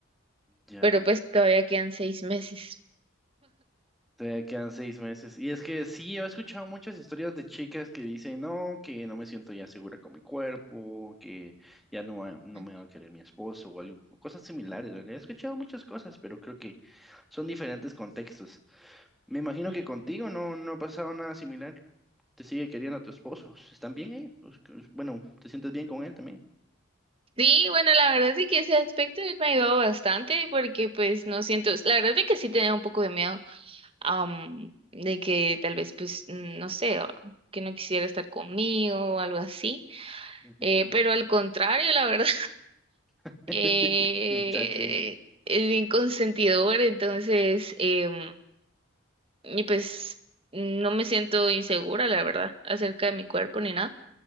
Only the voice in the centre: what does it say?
Ya.
te quedan seis meses. Y es que sí, he escuchado muchas historias de chicas que dicen, no, que no me siento ya segura con mi cuerpo, que ya no, va- no
me va a querer mi esposo o algo, cosas similares, ¿verdad? He escuchado muchas cosas, pero creo que son diferentes contextos. Me imagino
que contigo no, no ha pasado nada similar. Te sigue queriendo tu esposo. ¿Están bien ellos? Pues, que- Bueno, ¿te sientes bien con él también?
Ujú,
<laughs>
Muchacho ese.